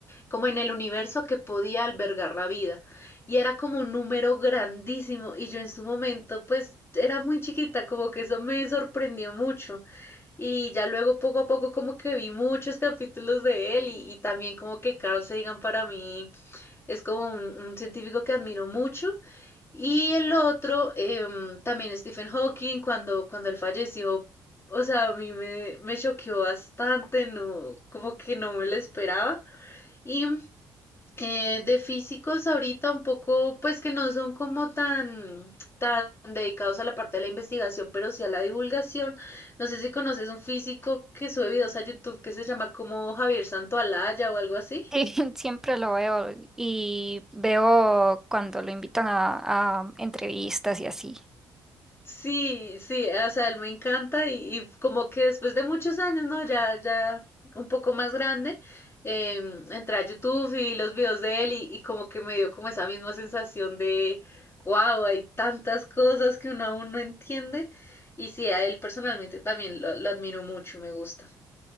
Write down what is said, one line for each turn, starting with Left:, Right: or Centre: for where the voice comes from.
Left: como en el universo que podía albergar la vida. Y era como un número grandísimo y yo en su momento pues era muy chiquita, como que eso me sorprendió mucho. Y ya luego poco a poco como que vi muchos capítulos de él y, y también como que Carl Sagan para mí es como un, un científico que admiro mucho y el otro, em, también Stephen Hawking, cuando, cuando él falleció, o sea, a mí me, me choqueó bastante, no, como que no me lo esperaba. Y eh, de físicos ahorita un poco, pues que no son como tan, tan dedicados a la parte de la investigación, pero sí a la divulgación. No sé si conoces un físico que sube videos a YouTube que se llama como Javier Santoalaya o algo así.
Centre: Sí, <laughs> siempre lo veo y veo cuando lo invitan a, a entrevistas y así.
Left: Sí, sí, o sea, él me encanta y, y como que después de muchos años, ¿no? Ya, ya un poco más grande, em, entré a YouTube y los videos de él y, y como que me dio como esa misma sensación de, wow, hay tantas cosas que uno aún no entiende. Y sí, a él personalmente también lo, lo admiro mucho, me gusta.